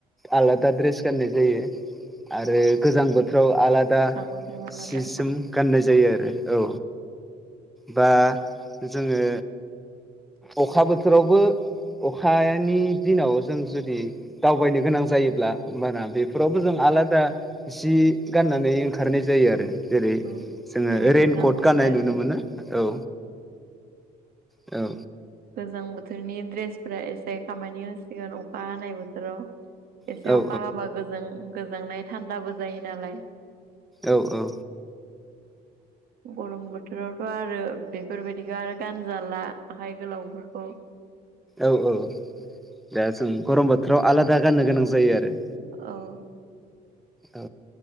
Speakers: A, in the centre; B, on the right (about 60°).
A: आलादा ड्रेस गाननाय जायो आरो गोजां बोथोराव आलादा
B: बोथोराव आलादा
A: सि जोम गाननाय जायो आरो औ बा जोङो अखा बोथोरावबो अखानि दिनाव जों जुदि दावबायनो गोनां जायोब्ला होमबाना बेफोरावबो जों आलादा जि गाननानै ओंखारनाय जायो आरो जेरै
B: ओं जेरै
A: जोङो
B: गोजां
A: रैइेनकट
B: बोथोर
A: गाननाय नुनो मोनो औ औ
B: गोजां बोथोरनि दड्रेसफोरा एसे खामानि होसिगोन अखा हानाय बोथोराव एसे
A: औ औ
B: अखा हाबा गो गोजांनाय थान्दाबो जायो नालाय
A: औ औ
B: गरम बोथोरावथ' आरो बेफोरबायदिखौ आरो गानजाला आखाय गोलावफोरखौ
A: औ औ दा जों गरम बोथोराव आलादा गाननो गोनां जायो आरो
B: अ
A: औ